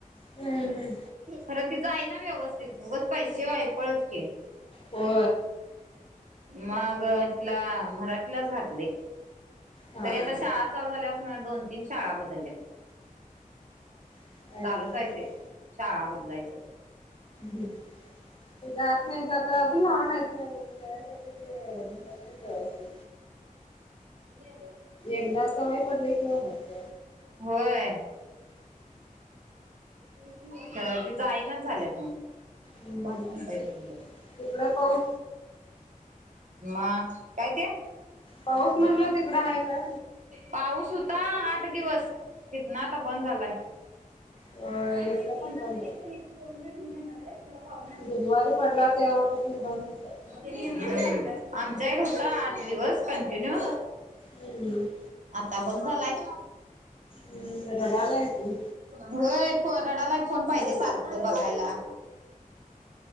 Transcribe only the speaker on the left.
हम्म हम्म
हो.
हा
हा
काय
करायच
हम्म आत नाही जात अगूनणयत ह म्हन कायत ते जास्ती
एकदा सवय पडली कि नाही फक्त
हम्म
ति- तिकडं पाऊस
पाऊस म्हटलं तिकड आहे का
अ
इकडं पण
बंद
बुधुवारी पडला तेव तस बधच
हम्म.
हम्म रडालाय की